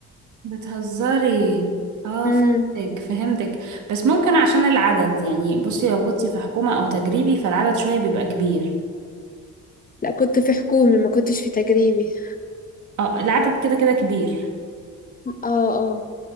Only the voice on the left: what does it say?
امم
لا كنت في حكومي ما كنتش في تجريبي
اه اه